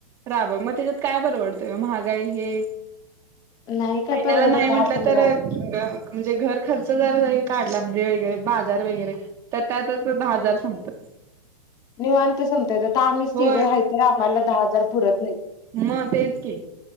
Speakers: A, on the right (about 20°); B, on the left (about 20°).
A: राब मग त्याच्यात काय परवडतंय महागा हे
B: नाही काय
A: महिन्याला
B: परवडत
A: नाही
B: दहा
A: म्हटलं
B: पंधरा
A: तर
B: हजार
A: म्हणजे घर खर्च जराच आहे काढला म्हणजे वगैरे बाजार वगैरे तर त्यातच दहा हजार संपतात
B: निव आणते सते आता आम्ही
A: होय
B: तिघ रायत आम्हाला दहा हजार पुरत नाही
A: मग तेच की